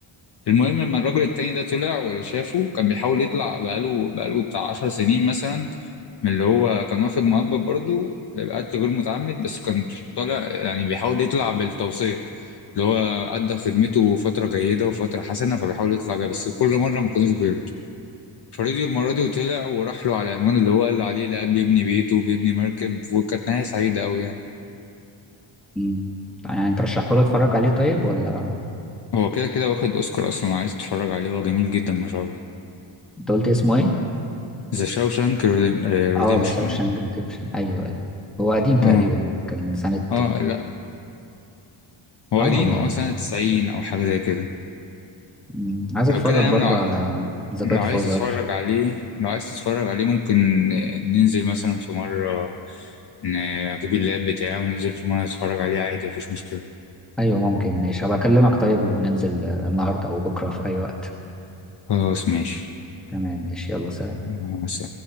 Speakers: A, on the left; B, in the centre.
A: المهم لما الراجل التاني ده طلع واللي شافه كان بيحاول يطلع بقاله بقاله بتاع عشر سنين مثلا من اللي هو كان واخد مؤبد برضه قتل غير متعمد بس كان طالع يعني بيحاول يطلع بالتوصية اللي هو أدى خدمته فترة جيدة وفترة حسنة فبيحاول يطلع بيها بس كل مرة ما كانوش بيرضوا فرضيوا المرة دي وطلع وراح له على العنوان اللي هو قال عليه لقى بيبني بيته وبيبني مركب وكانت نهاية سعيدة أوي يعني
B: مم. يعني ترشحه لي اتفرج عليه طيب ولا
A: هو كده كده واخد أوسكار أصلا عايز تتفرج عليه هو جميل جدا ما شاء الله
B: انت قلت اسمه ايه
A: ذا شاوشانك ريديمشن
B: اه ذا شاوشانك ريديمشن ايوه ايوه هو قديم تقريبا
A: اه
B: كان سنة
A: اه لا هو
B: اه
A: قديم
B: هو قديم
A: اه سنة 90 او حاجة زي كده
B: مم. عايز اتفرج
A: لو كده يا عم
B: برضه
A: لو ع-
B: على ذا
A: لو
B: جاد
A: عايز
B: فازر
A: تتفرج عليه لو عايز تتفرج عليه ممكن ننزل مثلا في مرة ن- اجيب اللاب بتاعي وننزل في مرة نتفرج عليه عادي مفيش مشكلة
B: ايوه ممكن ماشي هبقى اكلمك طيب وننزل آه، النهارده او بكره في اي وقت
A: خلاص ماشي
B: تمام ماشي يلا سلام
A: آه، بس